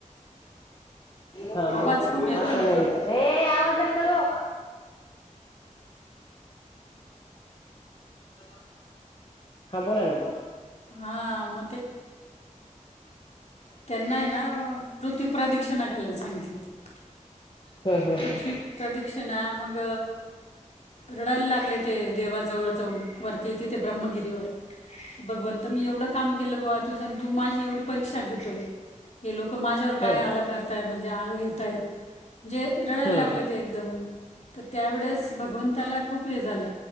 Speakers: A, on the left; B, on the left.
A: हा ब
B: आवाज खूप येतो
A: असं
B: आहे म्हटलं
A: नाही हे आवाज न करू <unintelligible> हा बोला ना.
B: हां मग त्यांनाय ना पृथ्वी प्रदक्षिणा घालायला सांगितली ते.
A: हं हं
B: पृथ्वी
A: हं
B: प्रदी. ना मग रडायला लागले ते देवा जवळ वती तिथे ब्रममगिरी भगवंत मी एवढ. का के त तू माझी एवढी परीक्षा घेतोय हे लोक माझ्यावर
A: हं
B: काय आळ करताय म्ह आळ घेतयत. जे रडायला
A: हं
B: लागले ते एकदम तर त्यावेेळेस भगवंताला खूप हे झालं..